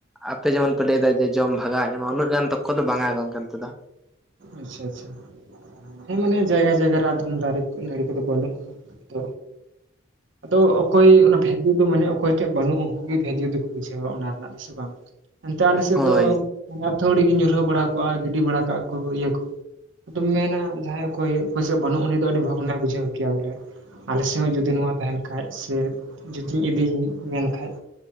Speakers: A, in the centre; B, on the right (about 80°).
A: ᱟᱯᱮ ᱡᱮᱢᱚᱱ ᱯᱮ ᱞᱟᱹᱭᱮᱫᱟ ᱡᱮ ᱡᱚᱢ ᱵᱷᱟᱜᱟᱣ ᱧᱟᱢᱟ ᱩᱱᱟᱹᱜ ᱜᱟᱱ ᱛᱚᱠᱠᱚ ᱫᱚ ᱵᱟᱝᱟ ᱵᱟᱝᱠᱮ ᱱᱚᱛᱮ ᱫᱚ
B: ᱟᱪᱪᱷᱟ ᱟᱪᱪᱷᱟ ᱦᱮᱸ ᱢᱟᱱᱮ ᱡᱟᱭᱜᱟ ᱡᱟᱭᱜᱟ ᱨᱮ ᱟᱫᱚᱢ ᱫᱟᱨᱮ ᱱᱟᱹᱲᱤ ᱠᱚᱫᱚ ᱵᱟᱹᱱᱩᱜᱼᱟ ᱛᱚ ᱟᱫᱚ ᱚᱠᱚᱭ ᱚᱱᱟ ᱵᱷᱮᱞᱤᱭᱩ ᱫᱚ ᱢᱟᱱᱮ ᱚᱠᱚᱭ ᱴᱷᱮᱡ ᱵᱟᱹᱱᱩᱜ ᱩᱱᱠᱩ ᱜᱮ ᱵᱷᱮᱞᱤᱭᱩ ᱫᱚᱠᱚ ᱵᱩᱡᱷᱟᱹᱣᱟ ᱚᱱᱟ ᱨᱮᱱᱟᱜᱤᱥᱮ ᱵᱟᱝ ᱮᱱᱛᱮ ᱟᱞᱮᱥᱮᱫ
A: ᱦᱳᱭ
B: ᱫᱚ ᱟᱹᱛᱷᱹᱲᱤ ᱜᱮ ᱧᱩᱨᱦᱟᱹ ᱵᱟᱲᱟ ᱠᱟᱜᱼᱟ ᱜᱤᱰᱤ ᱵᱟᱲᱟ ᱠᱟᱜᱼᱟ ᱠᱚ ᱤᱭᱟᱹ ᱠᱚ ᱟ ᱢᱮᱱᱟ ᱡᱟᱦᱟᱸᱭ ᱚᱠᱚᱭ ᱚᱠᱚᱭ ᱥᱮᱜ ᱵᱟᱹᱱᱩᱜ ᱩᱱᱤ ᱫᱚ ᱟᱹᱰᱤ ᱵᱷᱚᱜᱽᱱᱟᱭ ᱵᱩᱡᱷᱟᱹᱣ ᱠᱮᱭᱟ ᱵᱚᱞᱮ ᱟᱞᱮ ᱥᱮᱫ ᱦᱚᱸ ᱡᱩᱫᱤ ᱱᱚᱣᱟ ᱛᱟᱦᱮᱱ ᱠᱷᱟᱡ ᱥᱮ ᱡᱩᱫᱤᱧ ᱤᱫᱤ ᱢᱮᱱᱠᱟᱱᱡ